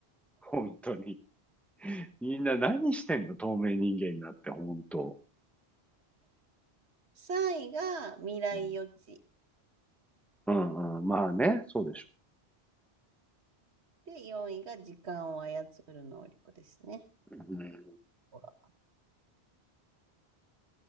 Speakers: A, in the centre; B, on the right.
A: 本当に。みんな何してんの透明人間になって、本当。
B: 3位が未来予知。
A: うん、うんうん、まあね、そうでしょ。
B: で、4位が時間を操る能力ですね。
A: うん、
B: ほら。